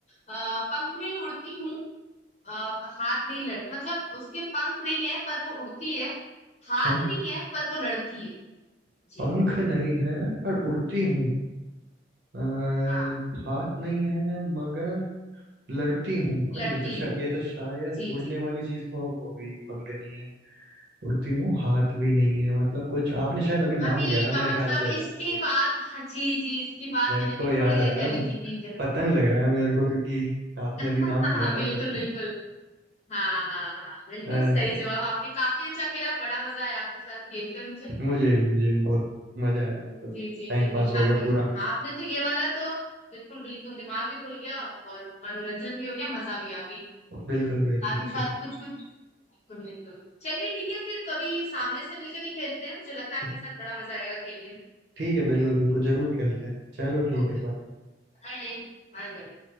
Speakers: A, on the left; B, on the right.
A: अ, पंख नहीं उड़ती हूँ अ, हाथ नहीं लड़ मतलब उसके पंख नहीं है पर वो उड़ती है हाथ
B: अच्छा
A: नहीं है पर वो लड़ती है जी
B: पंख नहीं है पर उड़ती हूँ अह,
A: हाँ
B: हाथ नहीं है मगर लड़ती हूँ और
A: लड़ती
B: ये तो शा,
A: है
B: ये तो शायद
A: जी
B: उड़ने
A: जी
B: वाली चीज तो हो गई पंख नहीं है उड़ती हूँ हाथ भी नहीं है मतलब कुछ आपने शायद अभी नाम
A: अभी
B: लिया
A: अ,
B: था मेरे
A: मतलब
B: ख्याल से
A: इसकी
B: आपको
A: बात हाँ जी जी इसकी बात
B: मेरे
A: मैंने अभी
B: को याद
A: थोड़ी देर
B: आ रहा
A: पहले
B: है
A: की थी जब
B: पतंग लग रहा है मेरे को क्योंकि आपने अभी
A: <laughs>
B: नाम दिया
A: हाँ बिल्कुल
B: था थोड़ा
A: बिल्कुल हाँ हाँ हाँ हाँ, बिल्कुल
B: अरे
A: सही जवाब आपने काफी अच्छा खेला बड़ा मजा आया आपके साथ खेलकर मुझे
B: मुझे भी मुझे भी बहुत मजा आया मतलब
A: जी जी
B: टाइम
A: जी जी
B: पास
A: काफी
B: हो गया पूरा
A: हाँ, आपने तो ये वाला तो बिल्कुल बिल्कुल दिमाग भी खुल गया और मनोरंजन भी हो गया मजा भी आ गई
B: बिल्कुल
A: साथ
B: बिल्कुल
A: ही
B: चल,
A: साथ कुछ कुछ बिल्कुल बिल्कुल चलिए ठीक है फिर कभी सामने से मिलकर भी खेलते हैं मुझे लगता है
B: ठीक
A: आपके साथ बड़ा मजा आएगा खेलने में
B: ठीक है बिल्कुल बिल्कुल जरूर खेलते हैं चलो ठीक
A: ओके
B: है बाय
A: बाय Bye bye